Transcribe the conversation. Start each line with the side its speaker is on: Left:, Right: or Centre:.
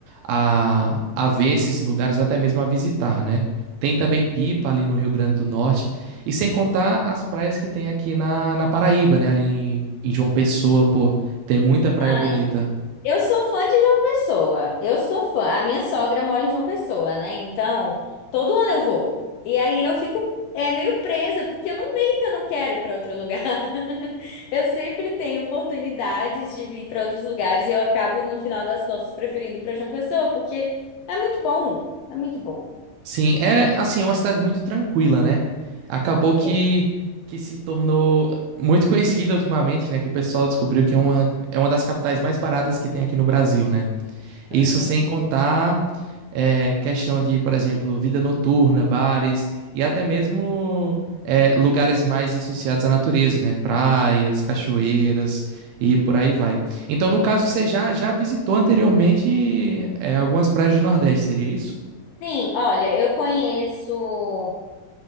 Right: a, a ver esses lugares ou até mesmo a visitar, né? Tem também Pipa ali no Rio Grande do Norte. E sem contar as praias que tem aqui na, na Paraíba, né? Ali em, em João Pessoa, pô. Tem muita praia
Left: Ah,
Right: bonita.
Left: é. Eu sou fã de João Pessoa. Eu sou fã. A minha sogra mora em João Pessoa, né? Então, todo ano eu vou. E aí eu fico é, meio presa, porque eu não meio que eu não quero ir para outro lugar. <laughs> Eu sempre tenho oportunidades de vir para outros lugares e eu acabo, no final das contas, preferindo ir para João Pessoa, porque é muito bom. É muito bom.
Right: Sim, é assim, é uma cidade muito tranquila, né? Acabou
Left: É.
Right: que, que se tornou muito conhecida ultimamente, né? Que o pessoal descobriu que é uma, é uma das capitais mais baratas que tem aqui no Brasil, né? Isso
Left: Hum.
Right: sem contar é, questão de, por exemplo, vida noturna, bares e até mesmo é, lugares mais associados à natureza, né? Praias, cachoeiras e por aí vai. Então, no caso, você já, já visitou anteriormente é, algumas praias do Nordeste, seria isso?
Left: Sim, olha, eu conheço.